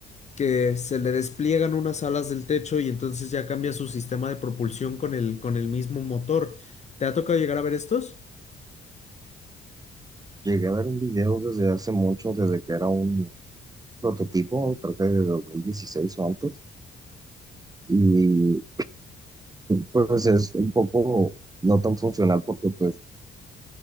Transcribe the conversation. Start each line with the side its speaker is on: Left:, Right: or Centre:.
Left: que se le despliegan unas alas del techo y entonces ya cambia su sistema de propulsión con el, con el mismo motor. ¿Te ha tocado llegar a ver estos?
Right: Llegué a ver un video desde hace mucho, desde que era un prototipo, creo que de 2016 o antes, y pues es un poco no tan funcional porque pues